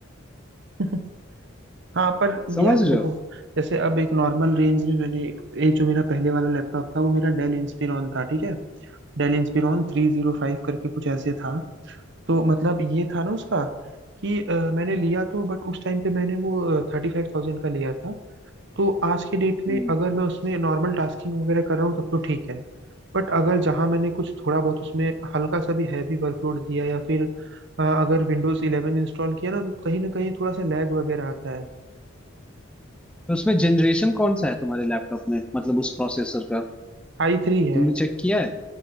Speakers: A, on the right; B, in the centre.
A: <laughs> हाँ पर
B: समझ
A: यार
B: रहे
A: देखो
B: हो
A: जैसे अब एक नॉर्मल रेंज में मैंने एक ये जो मेरा पहले वाला लैपटॉप था वो मेरा डेल इंस्पिरॉन था ठीक है Dell Inspiron three zero five करके कुछ ऐसे था तो मतलब ये था ना उसका कि अ, मैंने लिया तो बट उस टाइम पे मैंने वो थर्टी फाइव थाउजेंड का लिया था तो आज के डेट में
B: हम्म
A: अगर मैं उसमें नॉर्मल टास्किंग वगैरह कर रहा हूँ तब तो ठीक है बट अगर जहाँ मैंने कुछ थोड़ा बहुत उसमें हल्का सा भी हैवी वर्कलोड दिया या फिर अ, अगर विंडोज इलेवन इंस्टॉल किया ना तो कहीं ना कहीं थोड़ा सा लैग वगैरह आता है
B: तो उसमें जनरेशन कौन सा है तुम्हारे लैपटॉप में मतलब उस प्रोसेसर का
A: आई थ्री है
B: तुमने चेक किया है